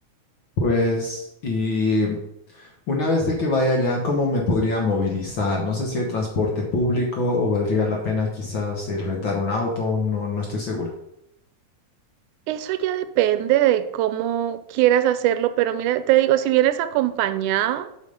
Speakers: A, on the left (about 55°); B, on the right (about 85°).
A: Pues, y una vez de que vaya allá, ¿cómo me podría movilizar? No sé si hay transporte público o valdría la pena quizás el rentar un auto, no, no estoy seguro.
B: Eso ya depende de cómo quieras hacerlo, pero mira, te digo, si vienes acompañada,